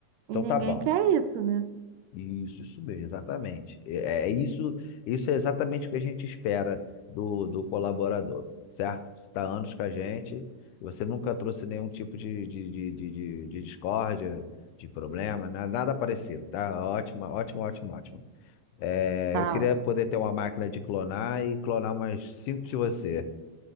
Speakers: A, on the left (about 85°); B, on the right (about 85°).
A: Então
B: E ninguém
A: tá bom.
B: quer isso, né?
A: Isso, isso mesmo, exatamente. É, é isso, isso é exatamente o que a gente espera do, do colaborador, certo? Você está anos com a gente, você nunca trouxe nenhum tipo de, de, de, de, de- de discórdia, de problema, na- nada parecido, tá? Ótimo, ótimo, ótimo, ótimo. É,
B: Tá.
A: eu queria
B: ó.
A: poder ter uma máquina de clonar e clonar umas cinco de você.